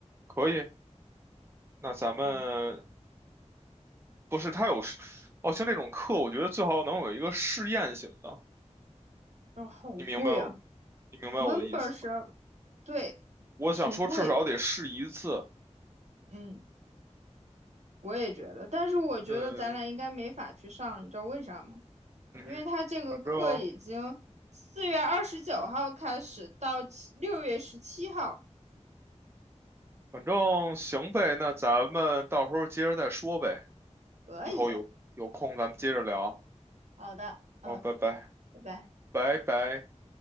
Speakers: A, on the right; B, on the right.
A: 可以，那咱们
B: 嗯，
A: 不是他有，哦，像这种课，我觉得最好能有一个试验型的。
B: 哦好贵啊
A: 你明白我，你明白我的意思吧？
B: ，Membership，对，
A: 我想说，
B: 挺贵的，
A: 至少得试一次。
B: 嗯，我也觉得，但是我觉得咱俩应该没法去上，
A: 对，
B: 你知道为啥吗？
A: 嗯哼反正
B: 因为他这个课已经四月二十九号开始到六月十七号，
A: 反正行呗，那咱们到时候接着再说呗。
B: 可以，
A: 以后有有空咱们接着聊。
B: 好的，嗯，
A: 好，拜拜，
B: 拜拜。
A: 拜拜。